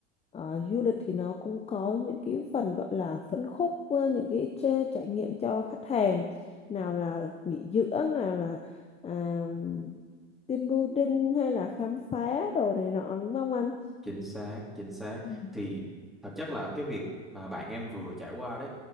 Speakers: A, on the left; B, in the centre.
A: ờ, du lịch thì nó cũng có những cái phần gọi là phân khúc ờ, những cái tra- trải nghiệm cho khách hàng nào là nghỉ dưỡng nào là à, team building hay là khám phá đồ này nọ đúng không anh
B: chính xác chính xác
A: Ừ.
B: thì thật chất là cái việc mà bạn em vừa trải qua đấy